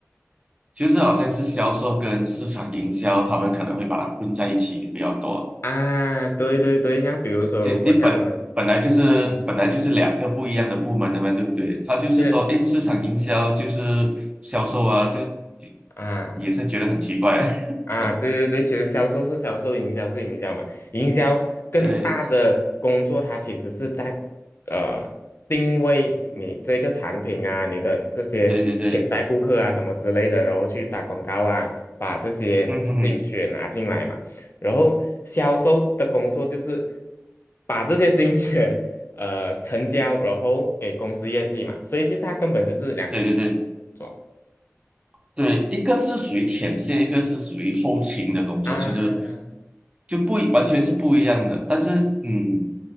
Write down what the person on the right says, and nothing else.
就是好像是销售跟市场营销，他们可能会把它混在一起比较多。
这你本本来就是本来就是两个不一样的部门的嘛，
对不对？他就是说，
诶，市场营销就是销售啊，就就
也是觉得很奇怪。<laughs>
对
对对对，
嗯哼哼，
对对对。对，一个是属于前线，一个是属于后勤的工作，
就是就不一完全是不一样的。但是，嗯，